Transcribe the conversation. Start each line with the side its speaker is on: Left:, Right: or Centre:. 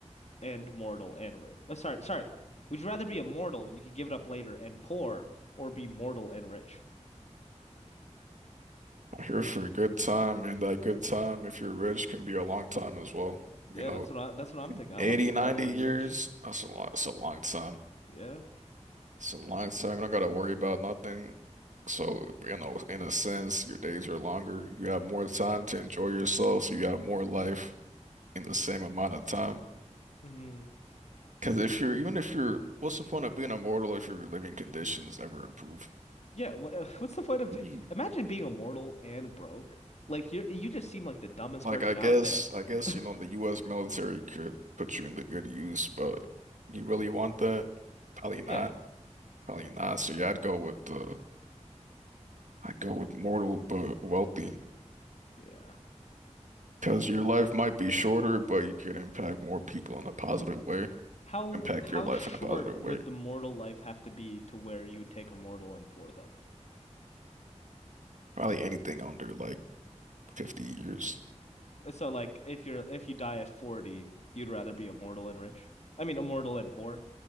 Left: and mortal and rich. Oh, sorry, sorry. Would you rather be immortal? You could give it up later and poor, or be mortal and rich.
Right: I'm here for a good time, and that good time, if you're rich, can be a long time as well.
Left: Yeah,
Right: You know,
Left: that's what I. That's what I'm thinking. I
Right: 80,
Left: want to be
Right: 90
Left: mortal and
Right: years,
Left: rich.
Right: that's a lot, that's a long time.
Left: Yeah.
Right: It's a long time. I don't gotta worry about nothing. So, you know, in a sense, your days are longer. You have more time to enjoy yourself, so you have more life in the same amount of time.
Left: hmm
Right: Because if you're, even if you're, what's the point of being immortal if your living conditions never improve?
Left: Yeah. wha- <laughs> What's the point of?
Right: Hmm.
Left: it? Imagine being immortal and broke. Like you, you just seem like the dumbest
Right: Like,
Left: person
Right: I guess,
Left: out there.
Right: I guess, you
Left: <laughs>
Right: know, the U.S. military could put you into good use, but you really want that? Probably not.
Left: Yeah.
Right: Probably not. So, yeah, I'd go with uh, I'd go with mortal but wealthy.
Left: Yeah.
Right: Because your life might be shorter, but you could impact more people in a positive way.
Left: How
Right: impact
Left: how
Right: your life
Left: short
Right: in a positive
Left: would
Right: way.
Left: the mortal life have to be to where you would take immortal and poor though?
Right: Probably anything under like 50 years.
Left: So like if you're if you die at 40, you'd rather be immortal and rich. I mean immortal and poor.